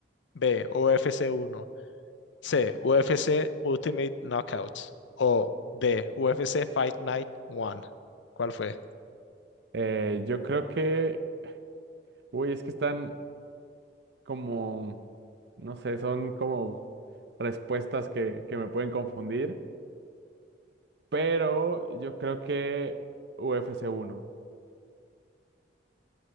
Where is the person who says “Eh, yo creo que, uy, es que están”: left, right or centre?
Right